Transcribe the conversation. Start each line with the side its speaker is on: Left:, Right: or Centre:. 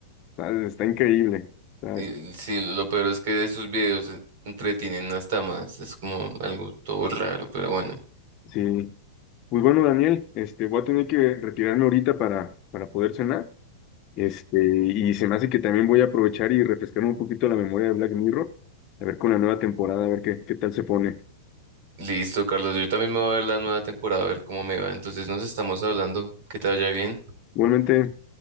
Left: está, está increíble. Está-
Right: Y
Left: es-
Right: sí, lo peor es que de esos videos eh, entretienen hasta más, es como algo todo raro, pero bueno.
Left: sí. Pues bueno, Daniel, este, voy a tener que retirarme ahorita para, para poder cenar, Este, y se me hace que también voy a aprovechar y refrescarme un poquito la memoria de Black Mirror, a ver con la nueva temporada, a ver qué, qué tal se pone.
Right: Listo, Carlos. Yo también me voy a ver la nueva temporada, a ver cómo me va. Entonces nos estamos hablando. Que te vaya bien.
Left: Igualmente,